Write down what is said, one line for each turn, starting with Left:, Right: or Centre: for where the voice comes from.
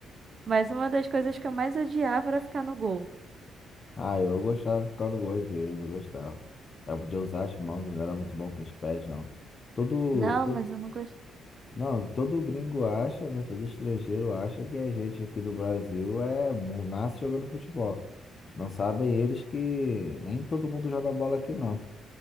Right: Mas uma das coisas que eu mais odiava era ficar no gol.
Left: Ah, eu gostava de ficar no gol às vezes, eu gostava. Eu podia usar as mãos, não era muito bom com os pés, não. Todo,
Right: Não, mas eu não gosto.
Left: Não, todo gringo acha, né? Todo estrangeiro acha que a gente aqui do Brasil é mu- nasce jogando futebol. Não sabem eles que nem todo mundo joga bola aqui, não.